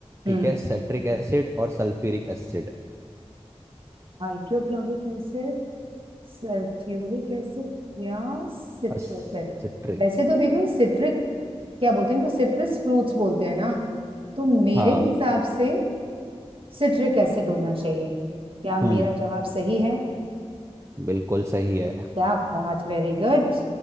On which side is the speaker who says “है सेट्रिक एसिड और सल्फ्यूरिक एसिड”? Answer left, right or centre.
Right